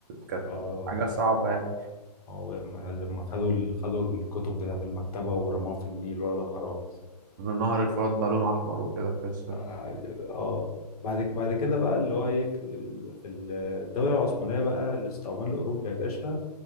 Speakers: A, on the right; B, on the left.
A: كانت
B: اه
A: حاجة صعبة يعني
B: هو لما لما خدوا ال- خدوا الكتب بتاعت المكتبة ورموها في النيل ولا ده حرام
A: نهر الفرات بقى لونه أحمر وكده قصة
B: اه آه. بعد ك- بعد كده بقى اللي هو ايه في في الدولة العثمانية بقى الاستعمار الأوروبي يا باشا